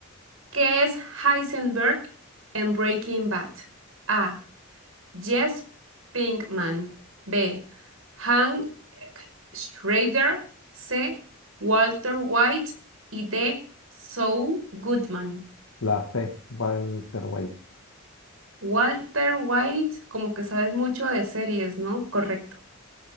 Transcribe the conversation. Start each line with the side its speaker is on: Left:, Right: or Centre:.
Right: ¿Qué es Heisenberg en Breaking Bad? A. Jess Pinkman. B. Hank Schrader. C. Walter White. Y D. Saul Goodman.
Left: La C, Walter White,
Right: Walter White, como que sabes mucho de series, ¿no? Correcto.